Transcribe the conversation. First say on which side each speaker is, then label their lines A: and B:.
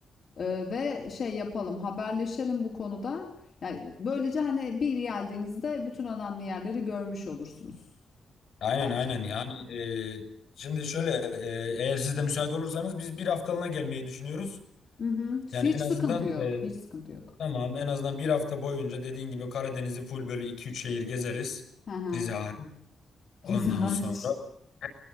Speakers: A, on the left; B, on the left.
A: E, ve şey yapalım, haberleşelim bu konuda. Yani böylece hani bir geldiğinizde bütün önemli yerleri görmüş olursunuz
B: Aynen
A: bence.
B: aynen yani e, şimdi şöyle e, eğer siz de müsait olursanız biz bir haftalığına gelmeyi düşünüyoruz.
A: Hı hı.
B: Yani
A: Hiç
B: en azından
A: sıkıntı yok.
B: e,
A: Hiç sıkıntı yok.
B: tamam en azından bir hafta boyunca dediğin gibi Karadeniz'i full böyle iki üç şehir gezeriz.
A: Hı hı.
B: Rize hariç. Ondan
A: Rize hariç.
B: sonra <clears throat>